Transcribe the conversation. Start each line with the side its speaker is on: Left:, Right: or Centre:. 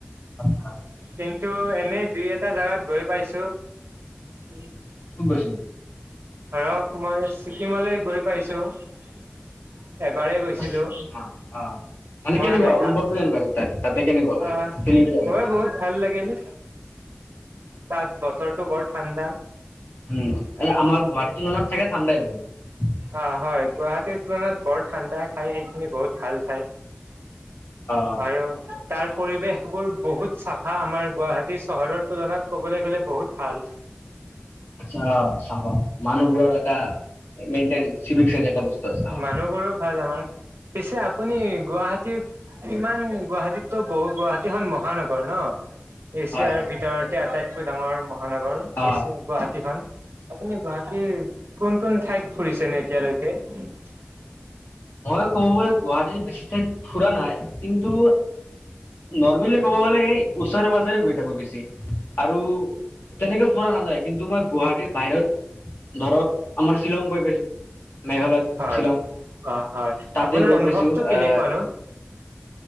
Left: আচ্ছা
Right: কিন্তু এনেই দুই এটা জাগাত গৈ পাইছোঁ <unintelligible>
Left: গৈছিলি
Right: ধৰক মই ছিকিমলৈ গৈ পাইছোঁ টো এবাৰে গৈছিলো
Left: অ ছিকিম অ অ মানে
Right: মই
Left: কেনেকুৱা
Right: মেঘাল
Left: অনুভৱটো কেনেকুৱা তাত তাতে কেনেকুৱা মানে
Right: আহ
Left: ফিলিংটো কেনেকুৱা
Right: গৈ বহুত ভাল লাগিল তাত বতৰটো বৰ ঠাণ্ডা
Left: উম এ আমাৰ গুৱাহাটীটো মানত চাগে ঠাণ্ডাই হ'ব
Right: অ হয় গুৱাহাটীৰ তুলনাত বৰ ঠাণ্ডা ঠাই সেইখিনি বহুত ভাল ঠাই।
Left: অ
Right: আৰু তাৰ পৰিৱেশ বোৰ বহুত চাফা আমাৰ গুৱাহাটী চহৰত তুলনাত ক'বলৈ গ'লে বহুত ভাল।
Left: আচ্ছা চাফা মানুহবোৰৰ এটা মেইন্টেইন চিভিক চেঞ্চ এটা বস্তু আছে অ
Right: মানুহ বোৰোও ভাল আমাৰ। <unintelligible> পিছে আপুনি
Left: উম,
Right: গুৱাহাটীৰ কিমান গুৱাহাটীততো বহুত গুৱাহাটীখন মহানগৰ ন এছিয়াৰ
Left: হয় হয়
Right: ভিতৰতে আটাইত- কৈ ডাঙৰ মহা- নগড়
Left: অ
Right: এছিয়া গুৱাহাটীখন আপুনি গুৱাহাটীৰ কোন কোন ঠাইত ফুৰিছে নে এতিয়ালৈকে? <unintelligible>
Left: মই ক'ব গলে গুৱাহাটীত বেছি ঠাইত ফুৰা নাই কিন্তু নৰ্মেলি ক'ব গলে এই ওচৰে পাজৰে গৈ থাকো বেছি আৰু তেনেকে ফুৰা নাযায় কিন্তু মই গুৱাহাটীৰ বাহিৰত ধৰক আমাৰ শ্বিলং গৈ পাইছো মেঘালয়ত
Right: হয়
Left: শ্বিলং
Right: অ হয়
Left: তাতে
Right: আপোনাৰ
Left: গৈ
Right: অনুভৱটো
Left: পাইছো
Right: কেনেকুৱানো
Left: আহ